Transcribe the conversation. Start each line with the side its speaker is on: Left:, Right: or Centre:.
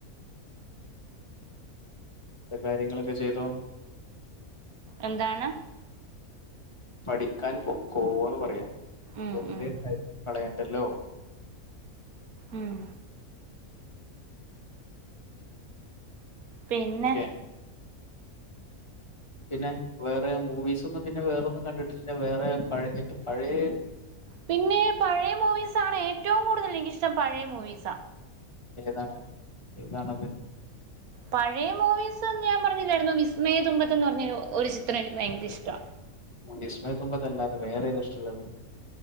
Left: കാര്യങ്ങളൊക്കെ ചെയ്തോ
Right: എന്താണ്
Left: പഠിക്കാൻ പൊക്കോന്ന് പറയാ
Right: ഉം
Left: വെറുതെ
Right: ഉം
Left: കളയണ്ടല്ലോ
Right: ഉം പിന്നെ
Left: ഓക്കെ പിന്നെ വേറെ മൂവീസൊന്നും പിന്നെ വേറൊന്നും കണ്ടിട്ടില്ല വേറെ പഴയ് പഴേ
Right: പിന്നേ പഴയ മൂവീസാണ് ഏറ്റവും കൂടുതലെനിക്കിഷ്ടം പഴയ മൂവീസാ
Left: ഏതാണ് ഏതാണത്
Right: പഴയ മൂവീസ് ഞാമ്പറഞ്ഞില്ലാരുന്നൊ വിസ്മയതുമ്പത്തെന്ന് പറഞ്ഞ ഒരു ചിത്രം എനിക്ക് ഭയങ്കര ഇഷ്ടവ
Left: വിസ്മയത്തുമ്പതല്ലാതെ വേറേതാഷ്ടുള്ളത്